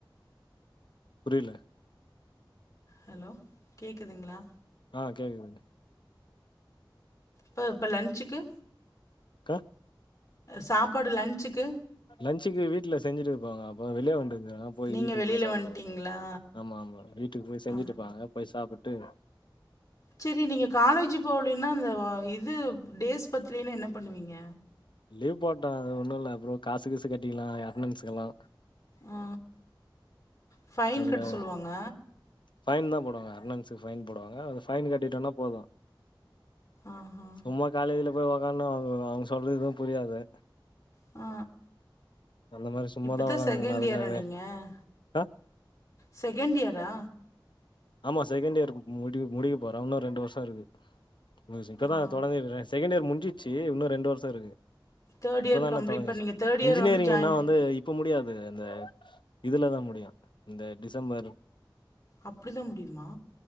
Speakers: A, on the left; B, on the left.
A: புரியில
B: ஹலோ கேக்குதுங்ளா
A: ஆ கேக்குதுங்
B: ப இப்ப லன்ச்சுக்கு
A: கா
B: சாப்பாடு லன்ச்சுக்கு
A: லஞ்சுக்கு வீட்ல செஞ்சுட்டு இருப்பாங்க ஆப்பா வெளிய வன்ட்டு தெலா போய்
B: நீங்கள்
A: வீட்டுக்கு
B: வெளியில்
A: போய் சாப்டுவே
B: வந்துட்டீங்களா
A: ஆமா ஆமா வீட்டுக்கு போய் செஞ்சுட்டுப்பாங்க
B: ஆ
A: போய் சாப்புட் டு
B: செரி நீங்க காலேஜ் போலின்னா அந்த இது டேஸ் பத்திலினா என்ன பண்ணுவீங்க
A: லீவ் போட்டே அது ஒன்னு இல்ல அப்றோ காசு கீசு கட்டிக்லா எ அட்னன்சுக்கெல்லா
B: ஆ ஃபைன்
A: அதுக்காக
B: கட்ட சொல்லுவாங்க
A: ஃபைன் தா போடுவாங்க அட்னன்சுக் ஃபைன் போடுவாங்க அது ஃபைன் கட்டிட்டம்னா போது
B: ஆஹா
A: சும்மா காலேஜ்ல போய் ஒக்கான்னு வந்துரோ அவுங்க சொல்றது எதுவு புரியாது
B: ஆ
A: அந்த மாரி சும்மாதா
B: இப்போ தான்
A: ஒக்காந்துக்ணு
B: செகண்ட்
A: அதுக்காக
B: இயரா நீங்கள்
A: ஆ
B: செகண்ட் இயரா
A: ஆமா செகண்ட் இயர் முடி முடிக்க போற இன்னு ரெண்டு வர்ஷோ இருக்கு மியுஸ் இப்பதா
B: ஆ
A: தொடங்கிருக்கே செகண்ட் இயர் முஞ்சிச்சு உன்னு ரெண்டு வர்ஷோ இருக்கு
B: தேர்ட் இயர்
A: இப்பதா
B: கம்ப்ளீட்
A: நா தொடங்குச்
B: இப்போ நீங்கள் தேர்ட் இயர்
A: இன்ஜினியரிங்னா
B: வந்து ஜாயின்
A: வந்து இப்ப முடியாத் து இந்த இதுல தா முடியு இந்த டிசம்பர்
B: அப்டிதா முடியுமா